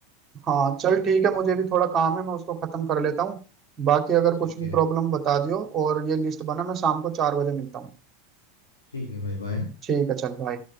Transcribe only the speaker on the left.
ठीक
है
ठीक है भाई बाय